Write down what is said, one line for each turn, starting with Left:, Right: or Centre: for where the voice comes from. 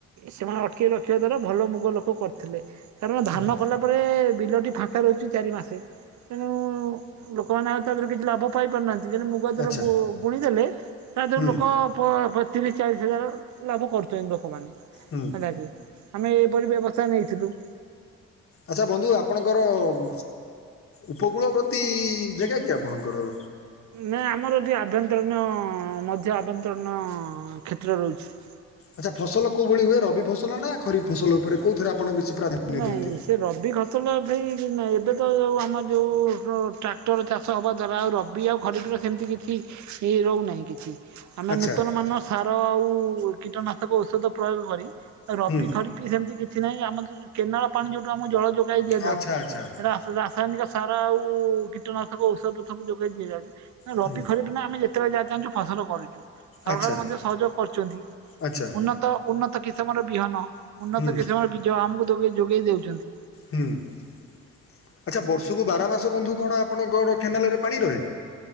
Right: ସେମାନେ ଅଟକେଇ ରଖିବା ଦ୍ଵାରା ଭଲ ମୁଗ ଲୋକ କରିଥିଲେ । କାରଣ ଧାନ
Left: ହୁଁ
Right: କଲା ପରେ ବିଲଟି ଫାଙ୍କା ରହୁଛି ଚାରି ମାସେ ତେଣୁ ଲୋକମାନେ ଆଉ ତାଦେହରେ କିଛି ଲାଭ ପାଇପାରୁନା ଦିନ ମୁଗ ଦର
Left: ଆଚ୍ଛା
Right: ବୁ ବୁଣି ଦେଲେ ତା ଦେହରୁ
Left: ହୁଁ
Right: ଲୋକ ପୋ ତିରିଶ ଚାଳିଶ ହଜାର ଲାଭ କରୁଛନ୍ତି ଲୋକମାନେ
Left: ହୁଁ
Right: ହେଲା କି? ଆମେ ଏହିପରି ବ୍ୟବସ୍ଥା ନେଇଥିଲୁ ।
Left: ଆଚ୍ଛା ବନ୍ଧୁ ଆପଣଙ୍କର ଓମ୍ ଉପକୂଳବର୍ତୀ ଯେଗା କି ଆପଣଙ୍କର?
Right: ନାଇ ଆମର ଏଠିେ ଆଭ୍ୟନ୍ତରୀଣ ମଧ୍ୟ ଆଭ୍ୟନ୍ତରୀଣ କ୍ଷେତ୍ର ରହୁଛି ।
Left: ଆଚ୍ଛା ଫସଲ କୋଉ ଭଳି ହୁଏ ରବି ଫସଲ ନା ଖରିଫ ଫସଲ ଉପରେ କୋଉଥିରେ ଆପଣ ବେଶୀ ପ୍ରାଧାନ୍ୟ
Right: ନାଇଁ
Left: ଦିଅନ୍ତି?
Right: ସେ ରବି ଫସଲ <unintelligible> ଏବେ ତ ଆମ ଯେଉଁ ଟ୍ରାକ୍ଟର ଚାଷ ହେବା ଦ୍ୱାରା ଆଉ ରବି ଆଉ ଖରିବିର ସେମିତି କିଛି ଏ ରହୁନାହିଁ କିଛି ଆମେ
Left: ଆଚ୍ଛା
Right: ନୂତନ ମାନ ସାର ଆଉ କୀଟନାଶକ ଔଷଧ ପ୍ରୟୋଗ କରି ରବି
Left: ହୁଁ
Right: ଖରପି ସେମିତି କିଛି ନାହିଁ ଆମ <unintelligible> ଯୋଉ କେନାଳ ପାଣି ଯୋଉଠୁ ଆମ ଜଳ ଯୋଗ <unintelligible> ଦିଆଯାଉଛି
Left: ଆଚ୍ଛା ଆଚ୍ଛା
Right: ରାସ୍ ରାସ୍ ରାସାୟନିକ ସାର ଆଉ କୀଟନାଶକ ଔଷଧ ସବୁ ଯୋଗେଇ ଦିଆଯାଉଛି ନା
Left: ହୁଁ
Right: ରବି ଖରିବ ନା ଆମେ ଯା ଚାହୁଛୁ ଫସଲ କରୁଛୁ ସରକାର
Left: ଆଚ୍ଛା
Right: ମଧ୍ୟ ସହଯୋଗ କରୁଛନ୍ତି
Left: ଆଚ୍ଛା
Right: ଉନ୍ନତ ଉ ତ କିସମର ବିହନ ଉନ୍ନତ
Left: ହୁଁ
Right: କିମର ବିଜୟ ଆମକୁ ଯୋଗେଇ ଦଉଛନ୍ତି।
Left: ହୁଁ ଆଚ୍ଛା ବର୍ଷକୁ ବାର ମାସ ବନ୍ଧୁ କଣ ଆପଣଙ୍କ କେନାଲ ରେ ପାଣି ରହେ?